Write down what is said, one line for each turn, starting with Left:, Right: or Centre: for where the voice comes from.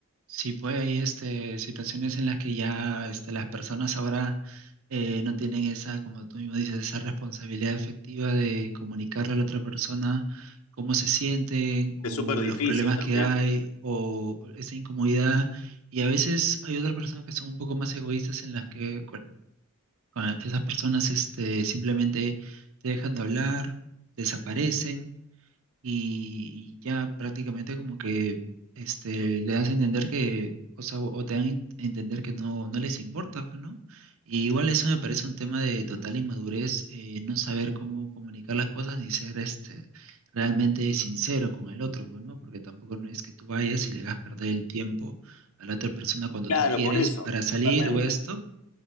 Right: Sí, pues hay este, situaciones en las que ya este, las personas ahora eh, no tienen esa, como tú mismo dices, esa responsabilidad afectiva de comunicarle a la otra persona cómo se sienten o
Left: Es súper difícil
Right: los problemas
Left: también.
Right: que hay o esa incomodidad. Y a veces hay otras personas que son un poco más egoístas en las que, cu- Cuando esas personas este, simplemente te dejan de hablar, desaparecen y, y ya prácticamente como que este, le das a entender que, o sea, o o te dan a entender que no, no les importa, pues, ¿no? Y igual eso me parece un tema de total inmadurez, eh, no saber cómo comunicar las cosas ni ser este, realmente sincero con el otro, pues, ¿no? Porque tampoco no es que tú vayas y le hagas perder el tiempo a la otra persona cuando
Left: Claro,
Right: tú quieres
Left: por eso,
Right: para salir
Left: totalmente.
Right: o esto